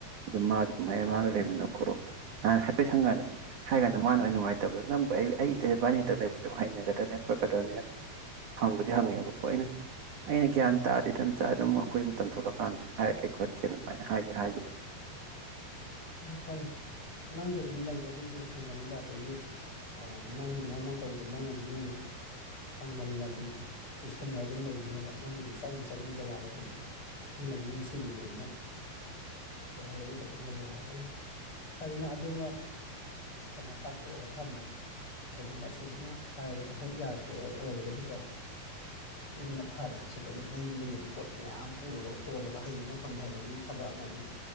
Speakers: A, on the right (about 55°); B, on the left (about 30°).
A: ꯑꯗꯨꯝ ꯃꯥ ꯑꯗꯨꯃꯥꯏꯅ ꯃꯥꯒ ꯂꯩꯃꯤꯟꯅ ꯈꯣꯠꯂꯣ ꯅꯍꯥꯟ ꯑꯩꯈꯣꯏ ꯁꯪꯀꯥꯟꯗ ꯍꯥꯏ ꯀꯥꯟꯗ ꯃꯥꯅ ꯑꯣꯏꯅ ꯅꯨꯡꯉꯥꯏꯇꯗꯣ ꯅꯪ ꯑꯩ ꯏꯕꯥꯅꯤ ꯍꯦꯛꯇ ꯂꯩꯕ ꯍꯥꯏꯅꯒꯦ ꯈꯇꯅꯤ ꯑꯩꯈꯣꯏ ꯈꯛꯇꯅꯤ ꯍꯪꯕꯗꯤ ꯍꯪꯉꯦꯕꯀꯣ ꯑꯩꯅ ꯑꯩꯅ ꯒ꯭ꯌꯥꯟ ꯇꯥꯔꯗꯤ ꯃꯇꯝꯞ ꯆꯥ ꯑꯗꯨꯝ ꯃꯈꯣꯏ ꯃꯇꯝ ꯊꯣꯛꯂꯀꯥꯟꯗ ꯍꯥꯏꯔꯛꯀꯦ ꯈꯣꯠꯀꯦꯅ ꯐꯅꯤ ꯍꯥꯏꯒꯦ ꯍꯥꯏꯒꯦ ꯐꯅꯤ
B: ꯐꯔꯦ ꯐꯔꯦ ꯅꯪꯁꯨ ꯑꯗꯨꯝ ꯂꯩꯕꯗꯨꯕꯨꯗꯤ ꯍꯩꯅꯅꯤꯗ ꯑꯗꯒꯤ ꯅꯪꯒꯤ ꯃꯑꯣꯡ ꯃꯇꯧꯗꯣ ꯃꯣꯏꯅꯁꯨ ꯑꯗꯨꯝ ꯈꯪꯕꯅꯤꯅ ꯑꯗꯨꯝ ꯆꯨꯁꯟꯅ ꯑꯗꯨꯝ ꯂꯩꯈꯤꯅꯦꯕ ꯅꯪꯕꯨꯗꯤ ꯆꯪꯉ ꯆꯪꯉꯨ ꯖꯒꯥꯗ ꯑꯗꯨꯝ ꯃꯤꯅ ꯑꯗꯨꯝ ꯅꯨꯡꯁꯤꯕꯤꯕꯅꯤꯅ ꯀꯩꯁꯨ ꯍꯥꯏꯔꯛꯑꯣꯏꯗ ꯑꯗꯨꯝ ꯂꯩꯌ ꯍꯥꯏꯔꯛ ꯀꯔꯤꯇ ꯐꯔꯤꯅ ꯑꯗꯨꯃꯛ ꯀꯩꯅꯣ ꯇꯥꯊꯣꯛꯑꯒ ꯊꯝꯃꯣ ꯀꯩꯒꯨꯝꯕ ꯁꯤꯁꯤꯅ ꯍꯥꯏ ꯍꯦꯛ ꯌꯥꯔꯛꯄ ꯑꯣꯏꯔꯒꯗꯤꯀꯣ ꯑꯗꯨꯅ ꯐꯔꯦ ꯁꯤꯗꯒꯤ ꯃꯌꯨꯝꯗꯒꯤ ꯄꯣꯠ ꯃꯌꯥꯝ ꯄꯨꯔꯒ ꯍꯣꯜꯂꯒ ꯍꯌꯦꯡꯨ ꯍꯣꯟꯊꯕꯒꯤ ꯊꯕꯛ ꯑꯃꯕꯨꯛ